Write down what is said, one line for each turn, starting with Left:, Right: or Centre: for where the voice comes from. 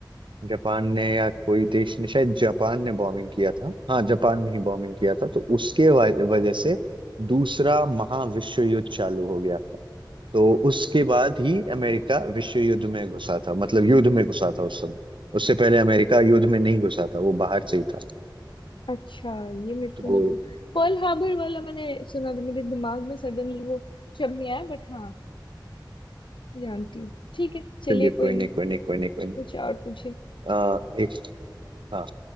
Right: जापान ने या कोई देश ने शायद जापान ने बॉम्बिंग किया था हाँ जापान ने ही बॉम्बिंग किया था तो उसके वा- वजह से दूसरा महाविश्व युद्ध चालू हो गया था तो उसके बाद ही अमेरिका विश्व युद्ध में घुसा था मतलब युद्ध में घुसा था उस समय उससे पहले अमेरिका युद्ध में नहीं घुसा था वो बाहर से ही था
Left: अच्छा ये मेरे
Right: तो
Left: को नहीं पता पर्ल हार्बर वाला मैंने सुना था मेरे दिमाग में सडनली वो शब्द नहीं आया बट हाँ जानती हूँ ठीक है चलिए
Right: चलिए कोई
Left: कोई नहीं
Right: नहीं कोई नहीं कोई नहीं कोई नहीं
Left: कुछ और पूछे
Right: आ, एक हाँ